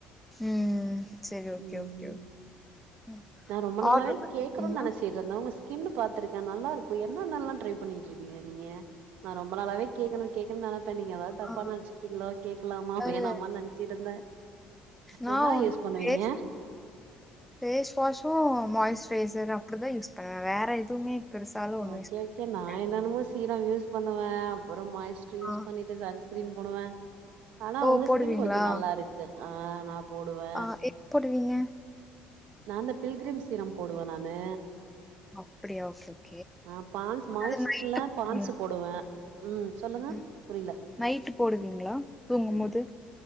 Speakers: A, in the centre; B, on the right.
A: ம் சரி ஓகே
B: ம்
A: ஓகே ஓ ம்
B: ரொம்ப நாளாவே
A: ஆட்ரு பண்ணிருக்கீங்களா
B: கேக்கணும்னு நெனச்சிட்டு நா உங்க ஸ்கின்னு பாத்துருக்கே நல்லா இருக்கு என்னனல்லாம் ட்ரை பண்ணிட்டு இருக்கீங்க நீங்க நா ரொம்ப நாளாவே கேட்கணு கேட்கணுனு நெனப்பே நீங்க ஏதாது தப்பா
A: ஆ
B: நெனச்சுப்பிங்ளோ கேக்கலாமா
A: இல்ல
B: வேணாமான்னு நெனச்சிட்ருந்தே
A: நா
B: என்னா
A: ஒன்னு
B: யூஸ் பண்ணுவீங்க
A: ஃபேஸ் வாஷும் மாய்ஸ்ட்ரைசர் அப்டிதா யூஸ் பண்ணுவே வேற எதுவுமே பெருசாலும் ஒண்ணும்
B: ஓகே
A: யூஸ் பண்ண
B: ஓகே நா
A: மாட்டேன்.
B: என்னன்னமோ சீரம் யூஸ் பண்ணுவே அப்புறம் மாய்ஸ் யூஸ்
A: ஆ.
B: பண்ணிட்டு சன்ஸ்க்ரீன் போடுவே ஆனா
A: ஓ
B: உங்க
A: போடுவீங்களா?
B: ஸ்கின் கொஞ்ச நல்லாருக் ஆ நா போடுவெ
A: ஆ எப் போடுவீங்க
B: நா இந்த பில்கிரிம் சீரம் போடுவெ நானு
A: அப்டியா ஓகே
B: ஆ பான்ஸ் மாயஸ்ட்ல
A: அது நைட்டு போடுவீங்களா?
B: பான்ஸ் சு போடுவே ம் சொல்லுங்க
A: ம்.
B: புரிய்ல
A: நைட்டு போடுவீங்களா தூங்கும் போது